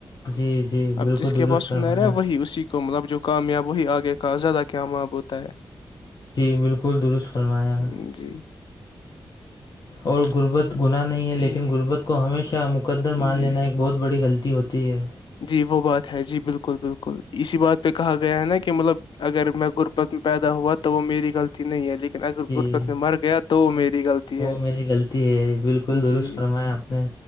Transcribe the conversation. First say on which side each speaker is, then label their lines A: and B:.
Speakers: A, on the left; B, on the left.
A: جی جی
B: اب
A: بالکل
B: جس کے
A: درست
B: پاس
A: فرمایا
B: سنرا ہے وہی اسی کے کو مطلب جو کامیاب وہی آگے کا زیادہ کیام ب ہوتا ہے
A: جی بالکل درست فرمایا
B: ہے جی
A: اور غربت گناہ نہیں ہے لیکن
B: جی
A: غربت کو ہمیشہ مقدر مان
B: جی
A: لینا ایک بہت بڑی غلطی ہوتی ہے
B: جی وہ بات ہے جی بالکل بالکل اسی بات پہ کہا گیا ہے نا کہ مطلب اگر میں غربت میں پیدا ہوا تو وہ میری غلط نہیں ہے لیکن اگر
A: جی
B: گربت میں مر گیا تو میری غلطی
A: وہ
B: ہے
A: میری غلطی ہے بالکل درست
B: جی
A: فرمایا آپ نے